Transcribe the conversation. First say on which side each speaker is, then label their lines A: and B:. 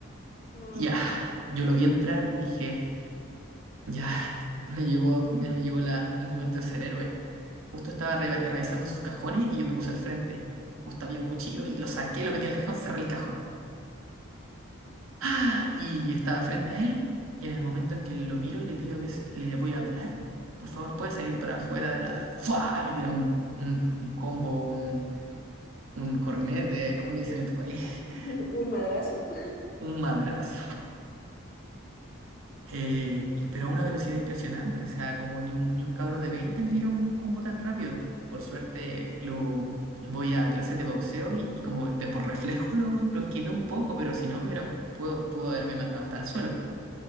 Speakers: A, on the left (about 45°); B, on the right (about 75°).
A: Wow.
B: Ya, yo lo vi entrar y dije, ya, me llegó, me llegó la- el momento de ser héroe. Justo estaba re- revisando sus cajones y yo me puse al frente. Justo había un cuchillo y lo saqué, lo metí al cajón, cerré el cajón. ¡Ah! Y estaba frente a él. Y en el momento en que lo miro y le pido que s- le voy a hablar, por favor, puede salir para afuera de la. ¡Fua! Me tira un, un, un combo, un, un cornete, ¿cómo le dicen en tu país?
A: <laughs>
B: <laughs>
A: ¿Un madrazo? <laughs>
B: Un madrazo. Eh, y, pero a una velocidad impresionante, o sea, como ni un, ni un cabro de 20 me tiró un, un combo tan rápido. Por suerte lo voy a clases de boxeo y, y como de por reflejo lo, lo esquivé un poco, pero si no me hubiera, pudo, pudo haberme mandado hasta el suelo.